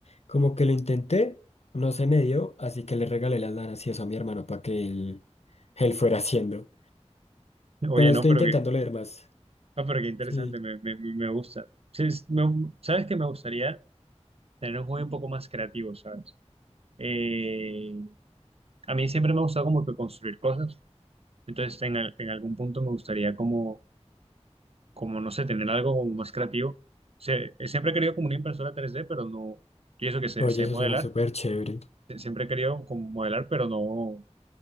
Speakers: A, on the left; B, on the right.
A: Como que lo intenté, no se me dio, así que le regalé las lanas y eso a mi hermano para que él, él fuera haciendo.
B: Oye,
A: Pero estoy
B: no, pero
A: intentando
B: que,
A: leer más.
B: no, pero qué interesante,
A: Sí.
B: me, me, me gusta. Sí, es- me- sabes que me gustaría tener un hobby un poco más creativo, ¿sabes? Eh, A mí siempre me ha gustado como que construir cosas, entonces en, al- en algún punto me gustaría como, como, no sé, tener algo como más creativo. Se- siempre he querido como una impresora 3D, pero no, y eso que sé,
A: Oye,
B: sé
A: eso
B: modelar,
A: suena súper chévere.
B: Sie- siempre he querido como modelar, pero no,